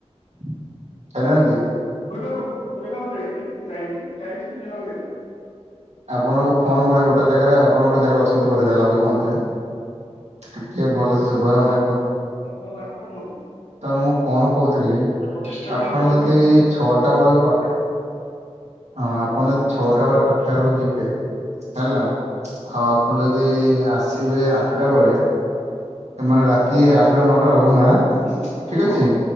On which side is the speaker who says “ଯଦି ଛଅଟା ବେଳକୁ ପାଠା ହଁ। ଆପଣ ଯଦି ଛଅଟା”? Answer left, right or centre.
Right